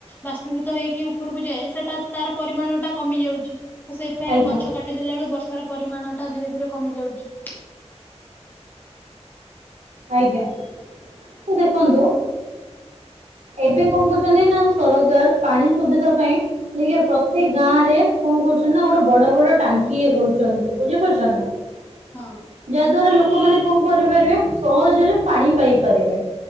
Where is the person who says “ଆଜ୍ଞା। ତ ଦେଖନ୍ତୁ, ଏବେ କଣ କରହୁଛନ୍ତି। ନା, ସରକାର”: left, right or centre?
Right